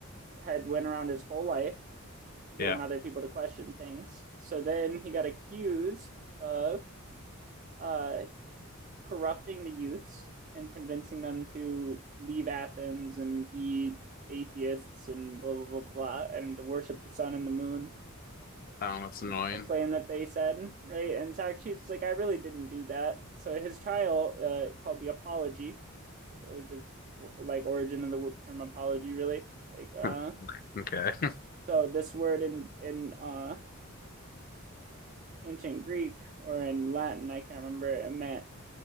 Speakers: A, on the right; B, on the left.
A: had went around his whole life getting
B: Yeah.
A: other people to question things. So then he got accused of uh corrupting the youths and convincing them to leave Athens and be atheists and blah blah blah blah and to worship the sun and the moon
B: Um, that's annoying.
A: was a claim that they said, right? And Socrates was like, I really didn't do that. So his trial, uh, called the apology, it was the like origin of the term apology, really. Like, uh,
B: Huh. Okay. <laughs>
A: so this word in in uh ancient Greek or in Latin, I can't remember, it meant